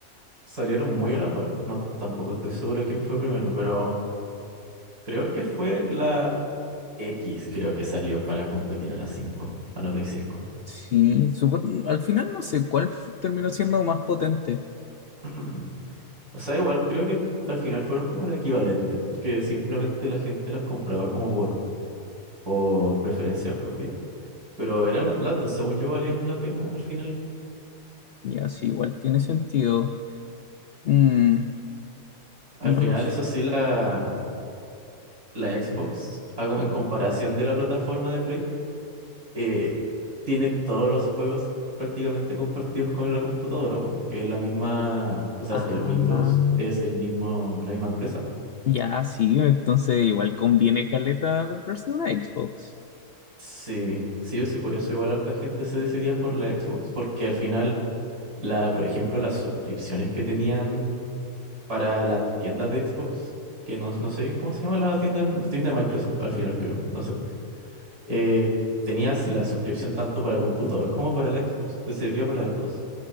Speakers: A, on the right (about 85°); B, on the left (about 70°).
A: Salieron muy a la par. No, tampoco estoy seguro quién fue primero, pero creo que fue la X creo que salió para competir a las cinco a la Play cinco
B: Sí, supo- al final no sé cuál fu- terminó siendo más potente.
A: <clears throat> O sea, igual creo que al final fueron como las equivalentes, que simplemente la gente las compraba como por, por preferencia propia. Pero eran la- las dos, según yo, valían la pena al final.
B: ya sí igual tiene sentido. Mm,
A: Al
B: no
A: final,
B: los...
A: eso sí, la, la Xbox, a com- en comparación de la plataforma de Play, eh, tiene todos los juegos prácticamente compartidos con la computadora, porque es la misma, o sea,
B: Ah,
A: el Windows es el mismo, la misma empresa.
B: ya, sí, entonces igual conviene caleta comprarse una Xbox.
A: Sí, sí o sí, por eso igual harta gente se decidía por la Xbox, porque al final, la, por ejemplo, las suscripciones que tenían para la tienda de Xbox, que no, no sé bien cómo se llama la tienda, de- tienda de Microsoft, al final creo, no sé, eh, tenías la suscripción tanto para computador como para la Xbox, te servía para las dos.